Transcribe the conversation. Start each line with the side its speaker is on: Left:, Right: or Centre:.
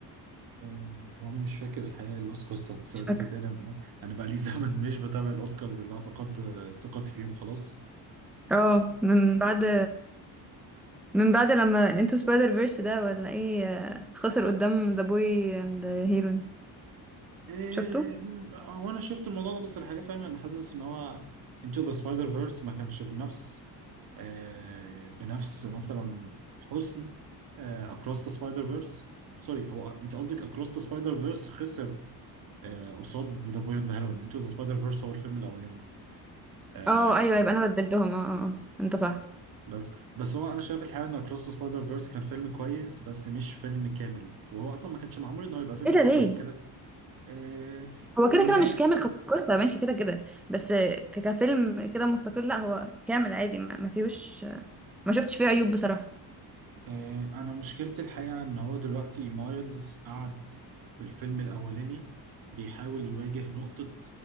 Right: آه، وانا مش فاكر الحقيقه الاوسكارز بتاعت السنه
Centre: مش فاكره
Right: دي كانت إيه. انا انا بقى لي <laughs> زمن مش بتابع الاوسكارز اللي انا فقدت ثقتي فيهم خلاص
Centre: اه
Right: آه،
Centre: من بعد من بعد لما انتو سبايدر فيرس ده ولا ايه آه، خسر قدام ذا بوي اند هيرون
Right: إيه
Centre: شفته
Right: هو انا شفت الموضوع ده بس الحقيقه فاهم انا حاسس ان هو انتو ذا سبايدر فيرس ما كانش بنفس آه بنفس مثلا حسن اكروس ذا سبايدر فيرس سوري هو انت قصدك اكروس ذا سبايدر فيرس خسر آه، قصاد ذا بوي اند هيروين انتو ذا سبايدر فيرس هو الفيلم الاولاني آه
Centre: اه ايوه يبقى انا بدلتهم اه اه آه. انت صح
Right: بس بس هو انا شايف الحقيقه ان اكروس ذا سبايدر فيرس كان فيلم كويس بس مش فيلم كامل وهو اصلا ما كانش معمول ان هو يبقى فيلم
Centre: ايه ده
Right: كامل
Centre: ليه
Right: هو كده آه،
Centre: هو كده
Right: النهاية
Centre: كده مش كامل كقصة ماشي كده كده بس ك- كفيلم كده مستقل لا هو كامل عادي ما ما فيهوش ما شفتش فيه عيوب بصراحة
Right: آه، انا مشكلتي الحقيقه ان هو دلوقتي مايلز قعد في الفيلم الاولاني بيحاول يواجه نقطه